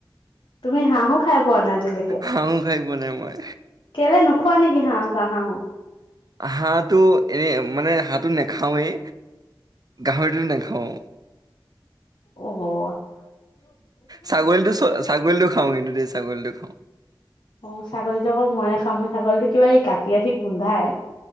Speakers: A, on the left; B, on the right.
A: তুমি হাঁহো খাই পোৱা নাই আজিলৈকে?
B: হাঁহো খাই পোৱা নাই মই
A: কেলে নোখোৱা নেকি হাঁহ চাহ হাঁহো।
B: হাঁহটো এনে মানে হাঁহটো নেখাওৱেই, গাহৰিটোত নাখাওঁ।
A: অ'হ।
B: ছাগলীটো ছাগলীটো খাওঁ কিন্তু দেই, ছাগলীটো অহ।
A: অ', ছাগলীতো আকৌ মই নাখাওঁ, মানে ছাগলী কিবা এই গাখীৰ গাখীৰ গোন্ধাই,